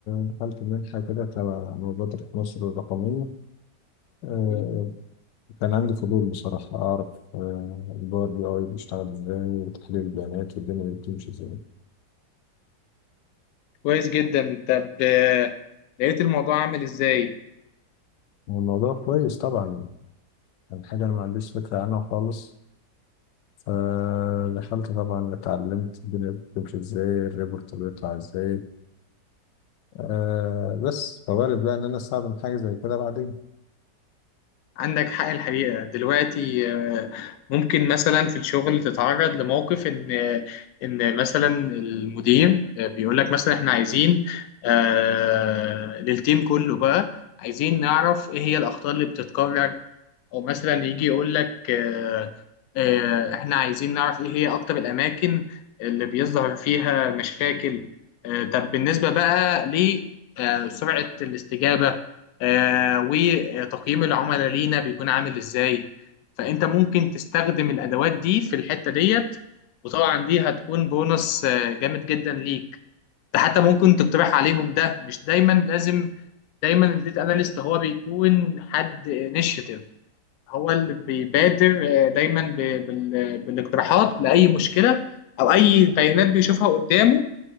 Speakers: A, on the left (about 85°); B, on the left (about 70°).
A: دخلت منحة كده تبع مبادرة مصر الرقمية آه
B: جميل.
A: كان عندي فضول بصراحة أعرف آه الباور بي أي بيشتغل إزاي وتحليل البيانات والدنيا بتمشي إزاي
B: كويس جدا طب آه، لقيت الموضوع عامل إزاي؟
A: والموضوع كويس طبعا كان حاجة أنا ما عنديش فكرة عنها خالص فدخلت طبعا اتعلمت الدنيا بتمشي إزاي الريبورت بيطلع إزاي آه بس فوارد بقى إن أنا أستخدم حاجة زي كده بعدين
B: عندك حق الحقيقة دلوقتي آه، ممكن مثلا في الشغل تتعرض لموقف إن إن مثلا المدير آه، بيقول لك مثلا إحنا عايزين آه، للتيم كله بقى عايزين نعرف إيه هي الأخطاء اللي بتتكرر او مثلا يجي يقول لك آه، آه، احنا عايزين نعرف ايه هي اكتر الاماكن اللي بيظهر فيها مشاكل آه، طب بالنسبة بقى لسرعة الاستجابة آه، وتقييم العملاء لينا بيكون عامل ازاي فانت ممكن تستخدم الادوات دي في الحتة ديت وطبعا دي هتكون بونص آه، جامد جدا ليك ده حتى ممكن تقترح عليهم ده مش دايما لازم دايما الديتا اناليست هو بيكون حد انيشيتيف هو اللي بيبادر آه، دايما ب- بال- بالاقتراحات لاي مشكله او اي بيانات بيشوفها قدامه